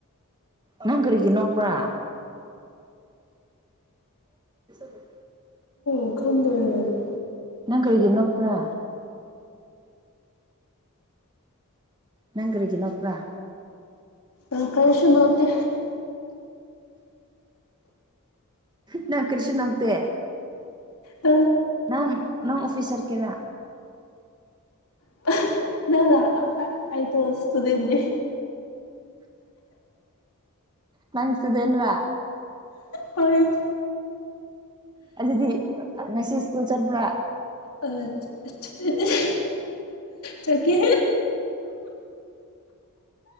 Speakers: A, on the right; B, on the left.
A: ꯅꯪ ꯀꯔꯤꯒꯤ ꯅꯣꯛꯄ꯭ꯔꯥ <unintelligible>
B: <unintelligible>
A: ꯅꯪ ꯀꯔꯤꯒꯤ ꯅꯣꯛꯄꯨ꯭ꯔꯥ ꯅꯪ ꯀꯔꯤꯒꯤ ꯅꯣꯛꯄ꯭ꯔꯥ
B: ꯑ ꯀꯔꯤꯁꯨ ꯅꯣꯛꯇꯦ
A: ꯅꯪ ꯀꯔꯤꯁꯨ ꯅꯣꯛꯇꯦ
B: ꯑ
A: ꯅꯪ ꯅꯪ ꯑꯣꯐꯤꯁ ꯆꯠꯀꯦꯔꯥ
B: <unintelligible> ꯏꯁꯇꯨꯗꯦꯟꯠ ꯅꯦ
A: ꯅꯪ ꯏꯁꯇꯨꯗꯦꯟꯔꯥ
B: ꯍꯣꯏ
A: ꯑꯗꯨꯗꯤ ꯑ ꯉꯁꯤ ꯁ꯭ꯀꯨꯜ ꯆꯠꯄ꯭ꯔꯥ
B: ꯑ <unintelligible> ꯆꯀꯦ